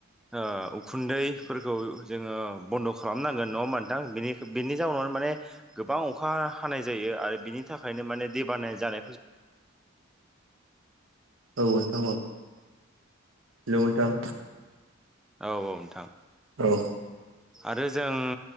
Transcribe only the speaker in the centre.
ओ- उखुन्दैफोरखौ जोङो बन्द' खालामनांगोन न' मोनथांनि बेनि जाउनाव माने गोबां अखा हानाय जायो आरो बिनि थाखायनो माने दैबानाय जानायखौ जों
औ औ नोंथां
आरो जों